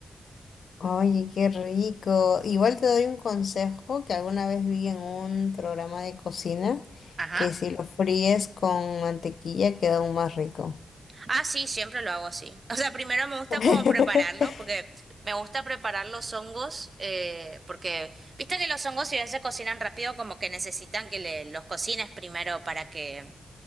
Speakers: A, on the left; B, on the right.
A: Oye, qué rico. Igual te doy un consejo que alguna vez vi en un programa de cocina,
B: Ajá.
A: que si lo fríes con mantequilla queda aún más rico.
B: Ah, sí, siempre lo hago así. O sea, primero me gusta
A: <laughs>
B: como prepararlo, porque me gusta preparar los hongos, eh, porque viste que los hongos si bien se cocinan rápido, como que necesitan que le- los cocines primero para que,